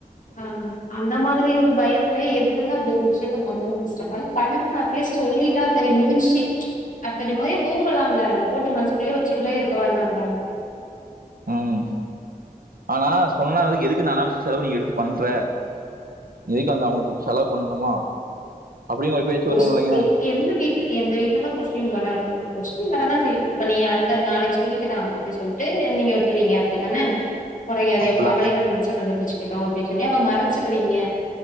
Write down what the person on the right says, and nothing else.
உம் ஆனா சொன்னா எதுக்கு அந்த அனாவசிய செலவு நீ எடுத்து பண்ற எதுக்கு அங்க அவுங்களுக்கு செலவு பண்ணணுமா அப்படிங்கிற ஒரு பேச்சு
வரும் இல்லைங்க
அப்பெல்லாம்